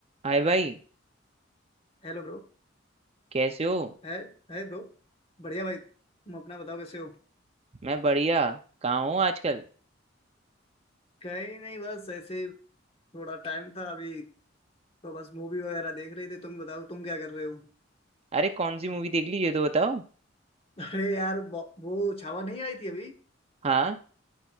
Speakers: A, on the right; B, on the left.
A: हाय भाई
B: Hello bro
A: कैसे हो
B: है है ब्रो बढ़िया भाई तुम अपना बताओ कैसे हो
A: मैं बढ़िया कहाँ हूँ आजकल
B: कहीं नहीं बस ऐसे ही थोड़ा टाइम था अभी तो बस मूवी वगैरह देख रहे थे तुम बताओ तुम क्या कर रहे हो
A: अरे कौन सी मूवी देख ली ये तो बताओ
B: अरे यार ब- वो छावा नहीं आई थी अभी
A: हाँ